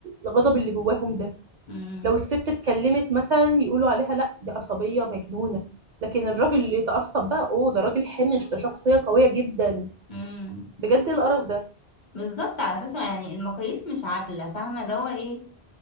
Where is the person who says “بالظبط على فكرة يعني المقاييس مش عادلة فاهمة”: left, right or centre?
Left